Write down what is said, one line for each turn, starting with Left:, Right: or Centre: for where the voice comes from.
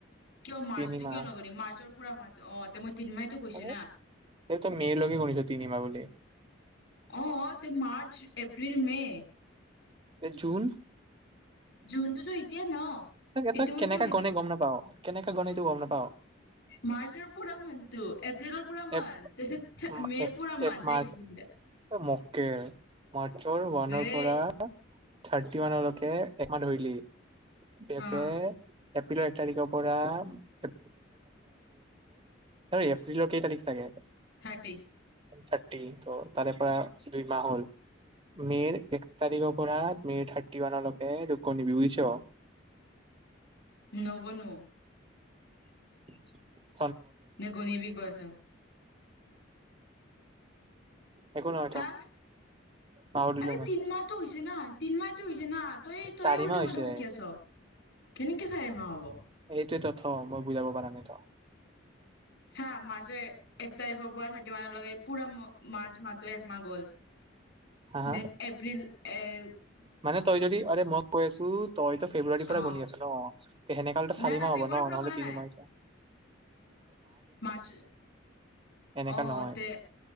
Left: কিয় মাৰ্চটিক
Right: তিনিমাহ
Left: কিয় নকৰৰি মাৰ্চৰ পুৰা মাত অ মই তিনিমাইতো কৈছো
Right: আৰে
Left: না
Right: তই মে লৈকে গণিছ তিনিমাহ বুলি
Left: আহ অ মাৰ্চ এপ্ৰিল মে
Right: জুন
Left: জোনটোতো এতিয়া ন
Right: এটা ক
Left: এইটো
Right: তই
Left: মই
Right: কেনেককাে
Left: কিয় কিনিম
Right: গণে গম নোপাও কেনেকে গণিনে গম নাপাওঁ
Left: মাৰ্চৰ পুৰা মানতটো এপ্ৰিলৰ পৰা মানটো
Right: এপ
Left: তাৰপিছত
Right: মা
Left: মে
Right: এপ
Left: পৰা মান
Right: এপ
Left: সেই
Right: মাৰ্চ
Left: তিনিটা
Right: মকেৰ মাৰ্চৰ ওৱানৰ
Left: এই
Right: পৰা থাৰ্টি ওৱানলৈকে একমা ধৰিলি পেপে
Left: অ
Right: এপ এপ্ৰিলৰ এক তাৰিখৰ পৰাপৰ এপ্ৰিলৰ কেই তাৰিখ চাগে
Left: থাৰ্টি
Right: থ্ট ত তাৰে পৰা দুই মাহ হল মে'ৰ এক তাৰিখৰ পৰা মে'ৰ থাৰ্টি ওৱানলৈকে দোগ্্য নিবি বুজিছ
Left: নগনু
Right: ওচুৰু
Left: ন গণবি কৈছ
Right: একো নহয়
Left: হা
Right: থ পাহৰিলো
Left: আৰে
Right: মই
Left: তিন মাহটো হৈছে না তনমাহতো হৈছে না তই তই
Right: চাৰি
Left: উল্টা
Right: মাহ হৈছে
Left: উল্টটা বুকি আছ কেনেকে চাইিমা হ'ব
Right: ত তথ মই বুজাব পাৰা নাই ত
Left: চাহ মাৰ্চৰ এক তাৰিখৰ পৰা থাৰ্টি ওৱানলৈকে পুৰা মাৰ্চ মাহটো একমাহ গল
Right: হা হা
Left: দেন এপ্ৰিল এই
Right: মানে তই যদি আৰে মই কৈ আছো তইতো ফেব্ৰুৱাৰীৰ পৰা
Left: অ
Right: গুনি আছ ন সেনেকাহলে তো
Left: নাই
Right: চাৰি
Left: নাই
Right: মাহ
Left: ফেব্ৰুৱাৰীৰ
Right: হ'ব ন
Left: পৰা
Right: নহ'লে
Left: গনা
Right: তিনিমাহ
Left: নাই মাৰ্চ
Right: এনেকা
Left: অ
Right: নহয়
Left: তে